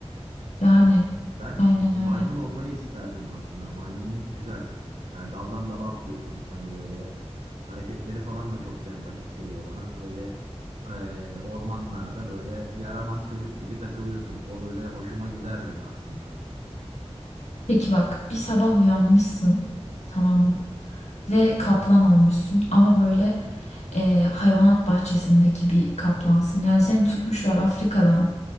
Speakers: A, on the left; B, on the right.
A: Yani
B: Ben
A: aynen
B: maymun
A: öyle.
B: olmayı isterdim aslında. Maymunluk güzel. E, Daldan dala atlıyorsun. Hani böyle hareketleri falan da çok sempatik geliyor bana. Böyle e, ormanlarda böyle yaramaz çocuk gibi takılıyorsun. O böyle hoşuma giderdi aslında.
A: Peki bak bir sabah uyanmışsın tamam mı? Ve kaplan olmuşsun ama böyle e, hayvanat bahçesindeki bir kaplansın. Yani seni tutmuşlar Afrika'dan